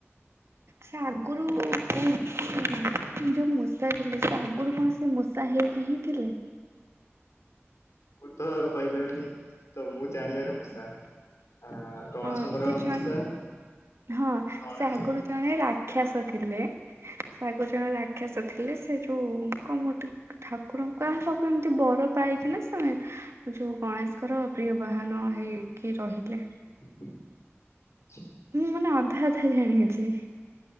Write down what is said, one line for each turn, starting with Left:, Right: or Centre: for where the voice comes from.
Right: ସେ ଆଗରୁ କ ଯୋଉ ମୂଷା ଥିଲେ, ସେ ଆଗରୁ କଣ ସେ ମୂଷା ତା ହେଇକି ହିଁ ଥିଲେ।
Left: ମୁଁ ତ କହିପାରିବିନି, ତ ମୁଁ ଜାଣିବାର ମୂଷା, ଆ ଗଣେଶଙ୍କର
Right: ହଁ ସେ ଜଣେ
Left: ମୂଷା,
Right: ହଁ
Left: ଗଣେଶ
Right: ସେ ଆଗରୁ ଜଣେ ରାକ୍ଷାସ ଥିଲେ। ସେ ଆଗୁରୁ ଜଣେ ରାକ୍ଷସ ଥିଲେ, ସେ ଯୋଉ କଣ ଗୋଟେ ଠାକୁର କଣ ସବୁ ଏମିତି ବର ପାଇକିନା ସ <unintelligible> ଯୋଉ ଗଣେଶଙ୍କର ପ୍ରିୟ ବାହାନ ହେଇକି ରହିଲେ।
Left: <unintelligible>
Right: ମୁଁ ମାନେ ଅଧା ଅଧା ଜାଣିଅଛି।